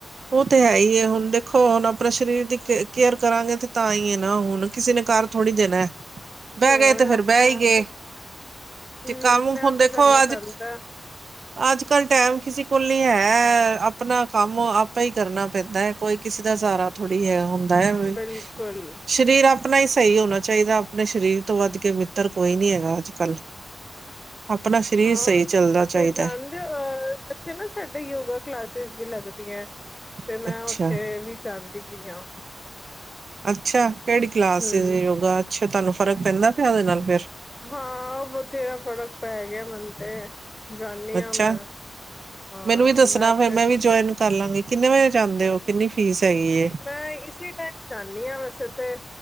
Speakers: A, on the right; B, on the left.
A: ਉਹ ਤੇ ਹੈ ਹੀ ਹੁਣ ਦੇਖੋ ਹੁਣ ਆਪਣੇ ਸਰੀਰ ਦੀ ਕੇਅਰ ਕਰਾਂਗੇ ਤੇ ਤਾਂ ਹੀ ਹੈ ਨਾ ਹੁਣ ਕਿਸੇ ਨੇ ਕਾਰ ਥੋੜ੍ਹੀ ਦੇਣਾ ਬਹਿ
B: ਤੇ ਹੋਰ
A: ਗਏ ਫੇਰ
B: ਆਪਣੇ
A: ਬਹਿ
B: ਆਪ
A: ਹੀ ਗਏ ਤੇ
B: ਹਮ
A: ਕੰਮ
B: ਆਪਣੇ ਆਪ
A: ਹੁਣ ਦੇਖੋ
B: ਹੀ ਕਰਨਾ
A: ਅੱਜ
B: ਪੈਂਦਾ ਹੈ
A: ਅੱਜ ਕੱਲ੍ਹ ਟਾਈਮ ਕਿਸੇ ਕੋਲ ਨੀ ਹੈ ਐ ਅਪ ਕੰਮ ਆਪਈ ਕਰਨਾ ਪੈਂਦਾ ਹੈ ਕੋਈ ਕਿਸੇ ਦਾ ਸਾਰਾ ਥੋੜ੍ਹੀ ਹੈ ਹੁੰਦਾ ਹੈ
B: ਬਿਲਕੁਲ
A: ਸਰੀਰ ਆਪਣਾ ਹੀ ਸਹੀ ਹੋਣਾ ਚਾਹੀਦਾ ਆਪਣੇ ਸਰੀਰ ਤੋਂ ਵੱਧ ਕੇ ਮਿੱਤਰ ਕੋਈ ਨੀ ਹੈਗਾ ਅੱਜ ਕੱਲ ਆਪਣਾ ਸਰੀਰ
B: ਹਾਂ
A: ਸਹੀ ਚੱਲਦਾ
B: ਤੇ
A: ਚਾਹੀਦਾ
B: ਜਾਣਦੇ ਹੋ ਅਹ ਇੱਥੇ ਨਾ ਸਾਡੇ ਯੋਗਾ ਕਲਾਸ ਵੀ ਲੱਗਦੀਆਂ ਤੇ
A: ਹੈ
B: ਮੈਂ
A: ਅੱਛਾ
B: ਉੱਥੇ ਵੀ ਚਾ ਦੀ ਵੀ ਹਾਂ।
A: ਅੱਛਾ। ਕਿਹੜੀ ਕਲਾਸ
B: ਹੂੰ।
A: ਏ ਯੋਗਾ ਅੱਛਾ ਤੁਹਾਨੂੰ ਫਰਕ ਪੈਂਦਾ ਪਿਆ ਉਹਦੇ ਨਾਲ ਫਿਰ।
B: ਹਾਂ ਬਥੇਰਾ ਫ਼ਰਕ ਪੈ ਗਿਆ ਮੰਨੁ ਤੇ। ਜਾਂਦੀ ਹਾਂ
A: ਅੱਛਾ,
B: ਮੈਂ ਹਾਂ
A: ਮੈਨੂੰ ਵੀ ਦੱਸਨਾ ਫੇਰ
B: ਤੇ
A: ਮੈਂ ਵੀ ਜੌਇਨ ਕਰ ਲਾਂਗੀ। ਕਿੰਨੇ ਵਜੇ ਜਾਂਦੇ ਔ ਕਿੰਨੀ ਫੀਸ ਹੈਗੀ ਏ
B: ਮੈਂ ਇਸੀ ਟਾਈਮ ਜਾਂਨੀ ਯਾਂ ਵੈਸੇ ਤੇ।